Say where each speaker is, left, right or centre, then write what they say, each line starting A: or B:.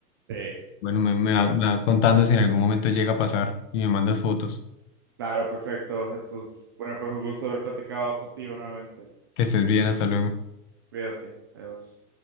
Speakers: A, on the right; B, on the left.
A: Sí,
B: Bueno, me,
A: sí,
B: me va-
A: claro.
B: me vas contando si en algún momento llega a pasar y me mandas fotos.
A: Claro, perfecto, Jesús. Bueno, pues un gusto haber platicado contigo nuevamente.
B: Que estés bien, hasta luego.
A: Cuídate. Adiós.